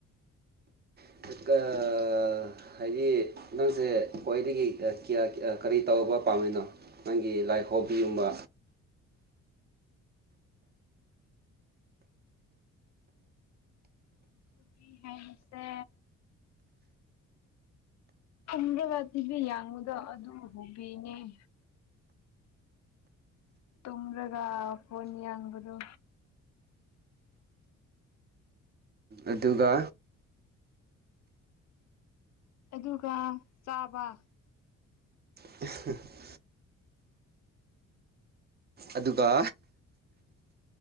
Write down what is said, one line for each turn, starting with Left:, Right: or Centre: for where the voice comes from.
Right: <unintelligible> ꯑꯥ ꯍꯥꯢꯗꯤ ꯅꯪꯖꯦ ꯈ꯭ꯋꯥꯢꯗꯒꯤ ꯑ ꯀꯤꯌꯥ ꯀꯤ ꯑ ꯀꯔꯤ ꯇꯧꯕ ꯄꯥꯝꯔꯤꯅꯣ ꯅꯪꯒꯤ ꯂꯥꯏꯐ ꯍꯣꯕꯤ ꯑꯃ
Left: ꯅꯨꯄꯤ ꯍꯥꯏꯕꯁꯦ 'UNINTELLIGIBLE' ꯑꯗꯨ ꯍꯨꯕꯤꯅꯦ ꯇꯨꯝꯔꯒ ꯐꯣꯟ ꯌꯦꯡꯕꯗꯨ
Right: ꯑꯗꯨꯒ
Left: ꯑꯗꯨꯒ ꯆꯥꯕ
Right: <unintelligible> ꯑꯗꯨꯒ